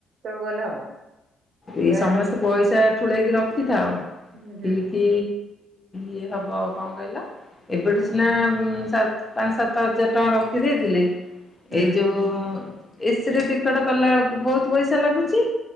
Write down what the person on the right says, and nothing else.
ତଳୁଗଲେ ହବ।
ଯା
ହୁଁ ହୁଁ
ହୁଁ
ହୁଁ